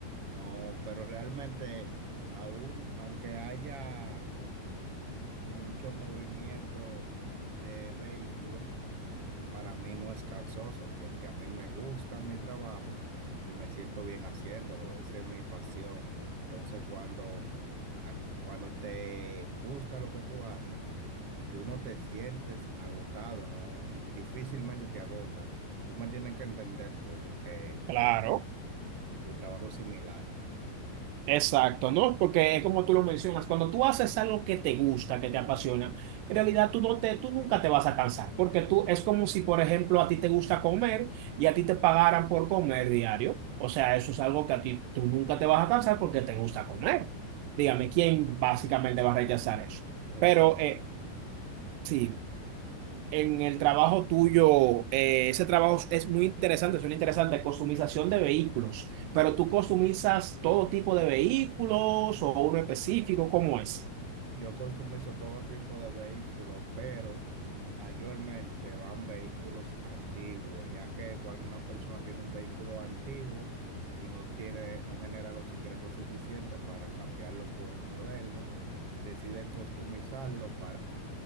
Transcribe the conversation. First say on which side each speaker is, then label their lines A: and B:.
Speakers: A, on the right (about 50°); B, on the right (about 80°).
A: No, pero realmente aún, aunque haya mucho movimiento de vehículos, para mí no es cansoso porque a mí me gusta mi trabajo y me siento bien haciéndolo. Esa es mi pasión. Entonces, cuando, a- cuando te gusta lo que tú haces, tú no te sientes agotado, ¿no? Difícilmente te agotas. Tú me tienes que entender porque
B: claro.
A: tu trabajo es similar.
B: Exacto, ¿no? Porque es como tú lo mencionas, cuando tú haces algo que te gusta, que te apasiona, en realidad tú, no te, tú nunca te vas a cansar, porque tú es como si, por ejemplo, a ti te gusta comer y a ti te pagaran por comer diario. O sea, eso es algo que a ti tú nunca te vas a cansar porque te gusta comer. Dígame,
A: Eh,
B: ¿quién básicamente va a rechazar eso?
A: eh,
B: Pero
A: Es-
B: eh, sí en el trabajo tuyo, eh, ese trabajo es muy interesante, suena interesante, customización de vehículos, pero tú customizas todo tipo de vehículos o uno específico, ¿cómo es?
A: yo customizo todo tipo de vehículos, pero mayormente van vehículos antiguos, ya que cuando una persona tiene un vehículo antiguo y no tiene, no genera los ingresos suficientes para cambiarlo por un moderno, decide customizarlo